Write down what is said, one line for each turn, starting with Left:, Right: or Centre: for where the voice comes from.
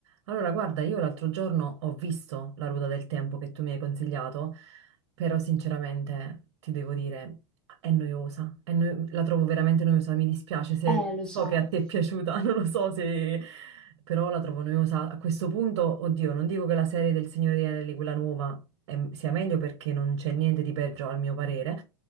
Right: Allora, guarda, io l'altro giorno ho visto la ruota del tempo che tu mi hai consigliato, però sinceramente ti devo dire, è noiosa, è noi- la trovo veramente noiosa, mi dispiace se
Centre: Eh, lo
Right: so
Centre: so.
Right: che a te è piaciuta, <laughs> non lo so se... però la trovo noiosa. A questo punto, oddio, non dico che la serie del Signore degli Anelli, quella nuova, è- sia meglio perché non c'è niente di peggio al mio parere,